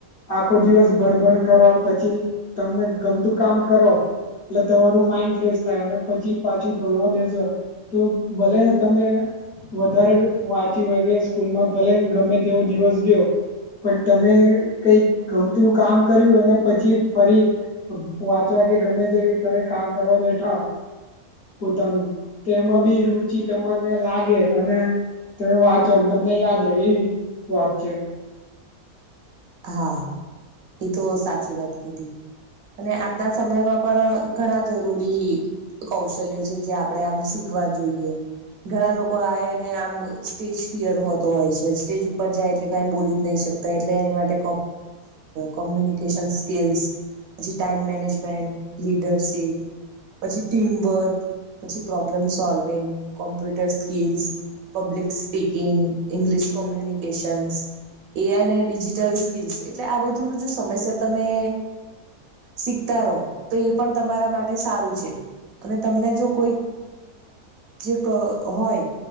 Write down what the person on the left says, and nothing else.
આખો દિવસ ભણભણ કરવા પછી તમને ગમતું કામ કરો એટલે તમારું માઈન્ડ ફ્રેશ થાય અને પછી પાછું ભણવા બેસે તો ભલેને તમે વધારે વાંચ્યુ હોય કે સ્કૂલમાં ભલે ગમે તેવો દિવસ ગયો પણ તમે કઈક ગમતું કામ કર્યું અને પછી ફરી વાંચવા કેે ગમે તે તમે કામ કરવા બેઠા પોતાનું તેમાં બી રુચિ તમને લાગે અને તમે વાંચવાનું તમને યાદ રહે એવી વાત છે